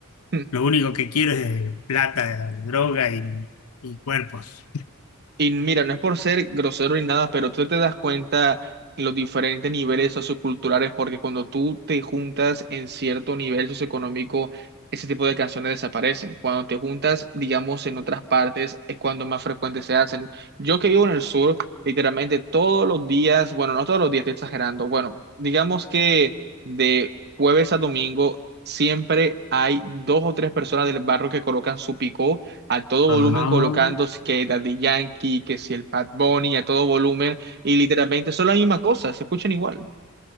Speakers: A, on the right; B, on the left.
A: <laughs>
B: Lo único que quiero es plata, droga y, y cuerpos.
A: Y mira, no es por ser grosero ni nada, pero tú te das cuenta los diferentes niveles socioculturales, porque cuando tú te juntas en cierto nivel socioeconómico, ese tipo de canciones desaparecen. Cuando te juntas, digamos, en otras partes, es cuando más frecuentes se hacen. Yo que vivo en el sur, literalmente todos los días, bueno, no todos los días, estoy exagerando, bueno, digamos que de jueves a domingo siempre hay dos o tres personas del barrio que colocan su picó a todo volumen
B: Ajá.
A: colocando
B: No,
A: que Daddy Yankee, que si el Bad Bunny, a todo volumen, y literalmente son la misma cosa, se escuchan igual. <laughs>